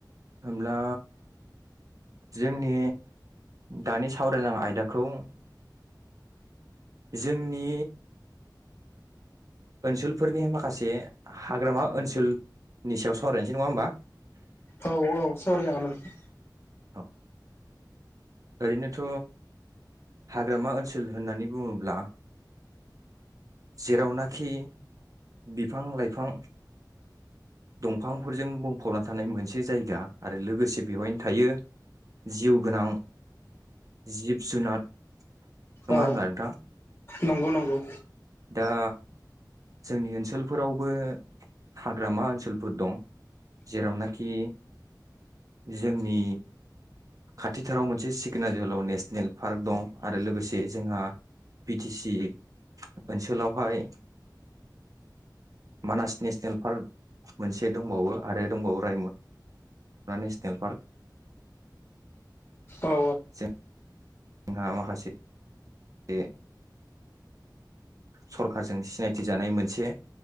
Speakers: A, on the right; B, on the left.
A: होमब्ला जोंनि दानि सावरायलां आयदाखौ जोंनि ओनसोलफोरनि माखासे हाग्रामा ओनसोलनि सायाव सावरायनसै नङा होमबा?
B: औ औ सावराय जागोन नोंथां।
A: औ ओरैनोथ' हाग्रामा ओनसोल होननानै बुङोब्ला जेरावनाखि बिफां लाइफां दंफांफोरजों बुंफबना थानाय मोनसे जायगा आरो लोगोसे बेवहायनो थायो जिउ गोनां जिब जुनार नङा
B: औ
A: होमब्ला नोंथां
B: नंगौ नंगौ
A: दा जोंनि ओनसोलफोरावबो हाग्रामा ओनसोलफोर दं जेरावनाकि जोंनि खाथिथाराव मोनसे सिकोनाजोहोलाव नेसनेल पार्क दं आरो लोगोसे जोंहा बि टि सि ओनसोलावहाय मानास नेसनेल पार्क मोनसे दंबावो आरो दंबावो रायमन ना नेसनेल पार्क
B: औ
A: जों हा माखासे बे सरखारजों सिनायथि जानाय मोनसे